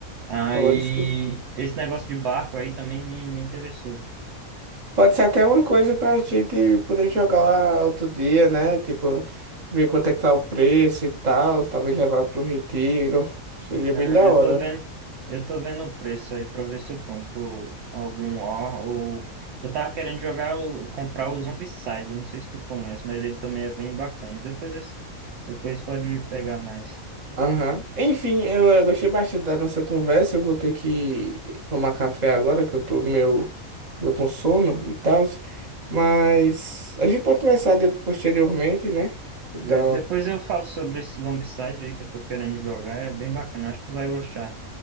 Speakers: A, on the right; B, on the right.
A: Aí,
B: Pode ser.
A: esse negócio de barco aí também me, me interessou.
B: Pode ser até uma coisa pra gente poder jogar outro dia, né? Tipo, ver quanto é que tá o preço e tal, talvez levar pro retiro. Seria
A: Aham,
B: bem da hora.
A: eu tô vendo, eu tô vendo o preço aí pra ver se eu compro algum ó, ou... Eu tava querendo jogar, o- comprar o Zombicide, eu não sei se tu conhece, mas ele também é bem bacana. Depois, esse- depois pode pegar mais.
B: Aham. Enfim, eu, eu gostei bastante da nossa conversa. Eu vou ter que tomar café agora, que eu tô meio, meio com sono e tal. Mas a gente pode começar de- posteriormente, né? Da...
A: Beleza? Depois eu falo sobre esse Zombicide aí que eu tô querendo jogar, é bem bacana, acho que tu vai gostar.